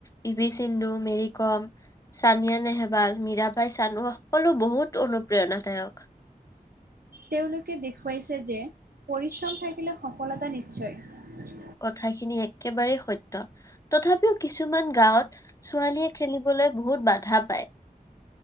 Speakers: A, on the left (about 20°); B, on the right (about 80°).
A: পি ভি চিন্ধু, মেৰি কম। ছানিয়া নেহৱাল, মীৰা ভাই চানু বহুত অনুপ্ৰেৰণাদায়ক।
B: তেওঁলোকে দেখুৱাইছে যে পৰিশ্ৰম থাকিলে সফলতা নিশ্চয়।
A: কথাখিনি একেবাৰেই সত্য। তথাপিও কিছুমান গাঁৱত ছোৱালীয়ে খেলিবলৈ বহুত বাধা পায়।